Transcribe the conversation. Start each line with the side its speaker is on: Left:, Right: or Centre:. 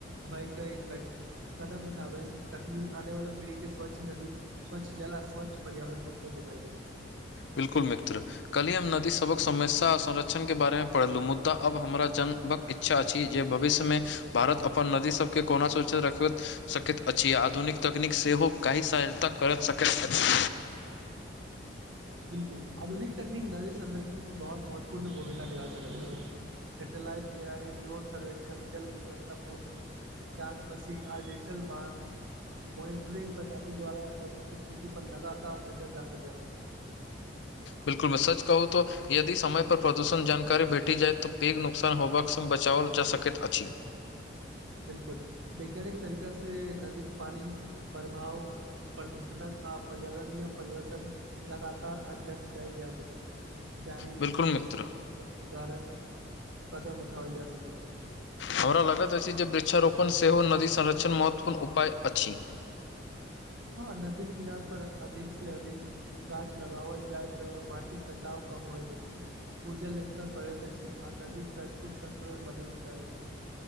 Right: भयके कठ कदम उठाबै तखनी आने वाला पीढ़ी केँ स्वच्छ नदी स्वच्छ जल आ स्वच्छ पर्यावरण उपलब्ध भाय जय
Left: बिल्कुल मित्र कल्हि हम नदी सभक समस्या संरक्षण केँ बारेमे पढ़लहुँ मुद्दा अब हमरा जनबक इच् छा अछि जे भविष्यमे भारत अपन नदी सबके कोना सुरक्षित रखैत सकैत अछि आ आधुनिक तकनीक सेहो कैय सहायता करत सकैत अछि
Right: बिलकुल आधुनिक तकनीक नदी संरक्षण मे बहुत महत्वपूर्ण भूमिका निभा सकैत अछि सैटेेलइट निगरानी ड्रोन सर्वेक्षण जल गुणवत्तापूर्ण जाँच मशीन आओर डिजिटल मान मॉनिटरिंग प्रणाली द्वारा स्थिति पर लगातार नजर राखल जा सकैत अछि
Left: बिलकुल मित्र सच कहू तो यदि समय पर प्रदूषण जानकारी भेटी जाय तऽ पेघ नुकसान होबाक संग बचाओल जा सकैत अछि
Right: बिलकुल वैज्ञानिक तरीका से नदी पानी प्रभाव प्रदूषणक आ पर्यावरणीय परिवर्तन लगातार अध्ययन कैल जाइत अछि जाहि
Left: बिल्कुल
Right: से
Left: मित्र
Right: समय केँ सुधारक कदम उठाओल जा सकै
Left: हमरा लगैत अछि जे वृक्षारोपण सेहो नदी संरक्षण महत्वपूर्ण उपाय अछि
Right: हँ नदीक किनार पर अधिक सँ अधिक गाछ लगाओल जाइ तऽ मटीक कटाव कम होइत अछि भूजल स्तर बढ़ैत छै आ नदी प्रकृतिक संन्तुलन बनल रहैत अछि